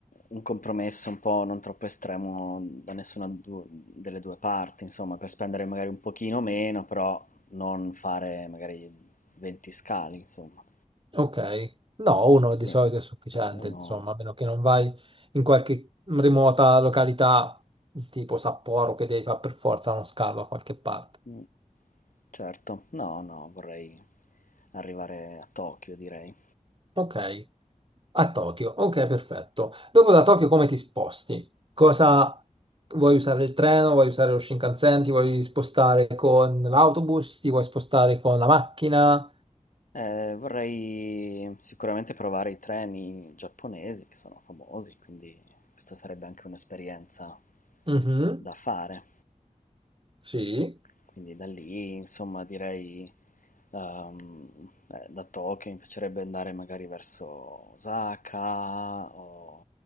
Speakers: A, on the left; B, on the right.
A: un compromesso un po' non troppo estremo da nessuna du delle 2 parti, insomma, per spendere magari un pochino meno, però non fare magari 20 scali, insomma.
B: Ok, no, uno di
A: Ne
B: solito
A: u
B: è sufficiente,
A: uno
B: insomma, a meno che non vai in qualche remota località tipo Sapporo che devi fare per forza uno scalo a qualche parte.
A: mh, certo. No, no, vorrei arrivare a Tokyo, direi.
B: Ok, a Tokyo, ok, perfetto. Dopo da Tokyo come ti sposti? Cosa vuoi usare il treno? Vuoi usare lo Shinkansen? Ti vuoi spostare con l'autobus? Ti vuoi spostare con la macchina?
A: Eh, vorrei sicuramente provare i treni giapponesi che sono famosi, quindi questa sarebbe anche un'esperienza
B: Mhm,
A: da fare.
B: Sì.
A: Quindi da lì, insomma, direi ehm, eh, da Tokyo mi piacerebbe andare magari verso Osaka o